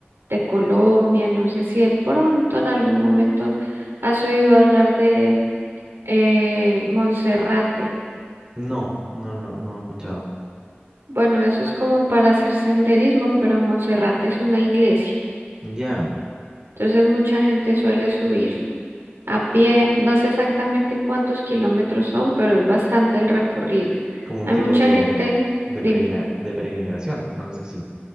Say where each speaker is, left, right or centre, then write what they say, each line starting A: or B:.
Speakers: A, on the right (about 70°); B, on the right (about 20°).
A: de Colombia. No sé si de pronto en algún momento has oído hablar de eh, Monserrate.
B: no, no, no, no lo he escuchado.
A: Bueno, eso es como para hacer senderismo, pero Monserrate es una iglesia.
B: Ya,
A: Entonces mucha gente suele subir a pie. No sé exactamente cuántos kilómetros son, pero es bastante el recorrido.
B: como un
A: Hay
B: tipo
A: mucha
B: de,
A: gente,
B: de,
A: dime.
B: peregrina- de peregrinación, una cosa así.